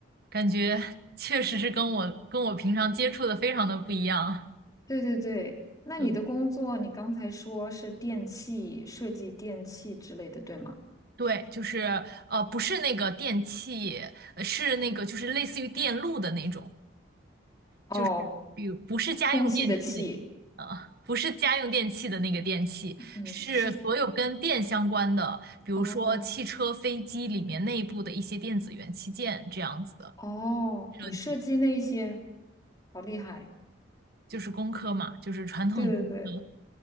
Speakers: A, on the right; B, on the left.
A: 感觉确实是跟我跟我平常接触的非常的不一样。
B: 对对对，那你的工作，
A: 对。
B: 你刚才说是电器设计、电器之类的，对吗？
A: 对，就是呃，不是那个电器，呃是那个就是类似于电路的那种，
B: 哦，
A: 就是比如不是家用电器的意思，
B: 空气的气，
A: 呃，不是家用电器的那个电器，
B: 嗯，
A: 是所有跟电相关的，
B: 是，
A: 比如说汽车、
B: 哦
A: 飞机里面内部的一些电子元器件这样子的
B: 哦，
A: 设计，
B: 你设计那一些，好厉害。
A: 就是工科嘛，就是传统工科。
B: 对对对